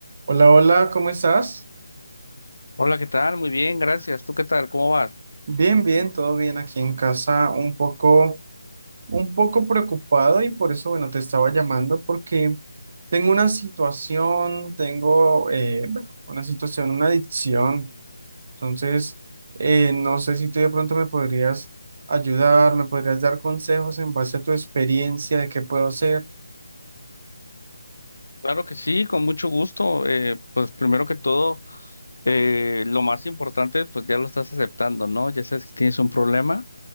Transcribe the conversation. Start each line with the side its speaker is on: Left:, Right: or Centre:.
Right: Hola, hola, ¿cómo estás?
Left: Hola, ¿qué tal? Muy bien, gracias. ¿Tú qué tal? ¿Cómo vas?
Right: Bien, bien, todo bien aquí en casa, un poco, un poco preocupado y por eso, bueno, te estaba llamando porque tengo una situación, tengo, eh, bueno, una situación, una adicción. Entonces, eh, no sé si tú de pronto me podrías ayudar, me podrías dar consejos en base a tu experiencia de qué puedo hacer.
Left: Claro que sí, con mucho gusto. Eh, pues primero que todo, eh, lo más importante, pues ya lo estás aceptando, ¿no? Ya sabes que tienes un problema.